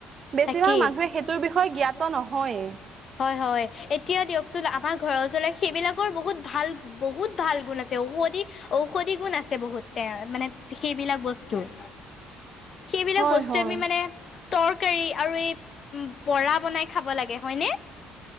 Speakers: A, on the right (about 45°); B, on the left (about 50°).
A: বেছি
B: তাকেই
A: ভাগ মানুহে সে টোৰ বিষয়ে জ্ঞাত নহয়েই।
B: হয়, হয়। এতিয়া দিয়কচোন আমাৰ ঘৰৰ ওচলৈ সেইবিলাকৰ বহুত ভাল। বহুত ভাল গুণ আছে ঔষধি, ঔষধি গুণ আছে বহুত তে, মানে সেইবিলাক বস্তুৰ।
A: <inaudible>
B: সেইবিলাক
A: হয়
B: বস্তু
A: হয়
B: আমি মানে তৰকাৰী আৰু এই বৰা বনাই খাব লাগে হয়নে?